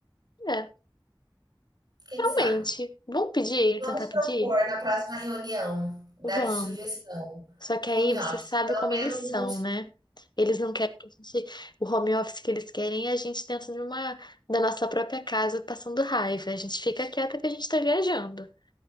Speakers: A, on the left; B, on the right.
A: é,
B: quem
A: realmente,
B: sabe?
A: vamos pedir,
B: Vamos
A: tentar pedir?
B: propor na próxima reunião, dar
A: Vamos.
B: de sugestão,
A: Só que
B: home
A: aí você
B: office,
A: sabe
B: pelo
A: como
B: menos
A: eles são,
B: uns...
A: né? Eles não querem que a gente, o home office que eles querem é a gente dentro de uma, da nossa própria casa passando raiva. A gente fica quieta que a gente tá viajando,